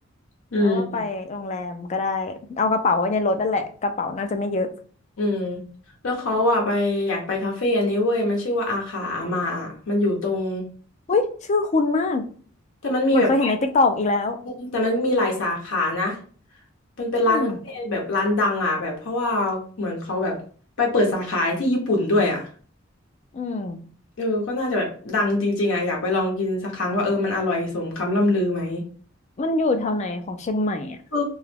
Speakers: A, on the left; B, on the left.
A: อืม
B: แล้วก็ไปโรงแรมก็ได้เอากระเป๋าไว้ในรถนั่นแหละกระเป๋าน่าจะไม่เยอะ
A: อืมแล้วเขาอ่ะไปอยากไปคาเฟ่อันนี้เว้ยมันชื่อว่าอาขาอามาอะมันอยู่ตรง
B: อุ้ยชื่อคุ้นมาก
A: แต่มันมีแบบหลาย
B: เหมือนเคยเห็นในติ๊กตอกอีกแล้ว
A: แต่มันมีหลายสาขานะมันเป็นร้านคาเฟ่แบบร้านดังอ่ะแบบเพราะว่าเหมือนเขาแบบไปเปิดสาขาที่ญี่ปุ่นด้วยอ่ะ
B: อืมอืม
A: เออก็น่าจะแบบดังจริงๆอ่ะอยากไปลองกินสักครั้งว่าเออมันอร่อยสมคำล่ำลือไหม
B: มันอยู่แถวไหนของเชียงใหม่อ่ะ
A: คือ